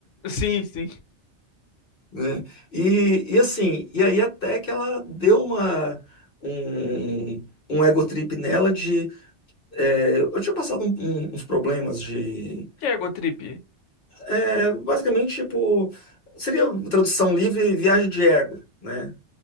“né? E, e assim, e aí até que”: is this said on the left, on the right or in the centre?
Left